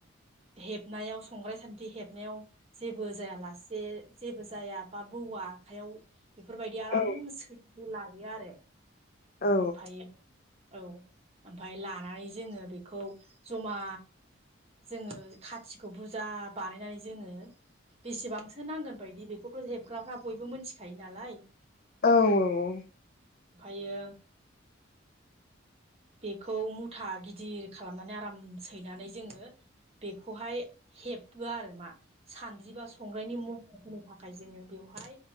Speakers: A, on the right; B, on the left.
A: हेबनायाव संग्राय सान्द्रि हेबनायाव जेबो जायालासे जेबो जाया बा बौवा आखाइयाव बेफोरबाय आराम
B: औ
A: सैनानै लायो आरो
B: औ
A: ओमफायो औ ओमफाय लानानै जोङो बेखौ जमा जोङो खाथिखौ बुरजा बानायनानै जोङो बेसेबांसो नांगोन बायदि बेखौथ' हेबग्राफ्रा बयबो मिथिखायो नालाय
B: औ औ औ
A: ओमफायो बेखौ मुथा गिदिर खालामनानै आराम सैनानै जोङो बेखौहाय हेबो आरो मा सानद्रि बा संग्रायनि महर होनो थाखाय जोङो बेवहाय